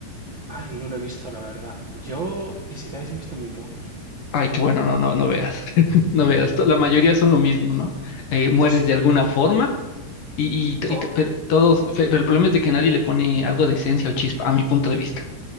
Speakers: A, on the right; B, on the left.
A: Ay, no lo he visto, la verdad. Yo, Isekais he visto muy pocos.
B: Ay, qué bueno, no, no, no veas, <laughs> no veas, to- la mayoría son lo mismo, ¿no? Eh, mueres
A: Pues
B: de alguna forma y, y, to-
A: to-
B: y to- pero todos, fe- pero el problema es de que nadie le pone algo de esencia o chispa, a mi punto de vista.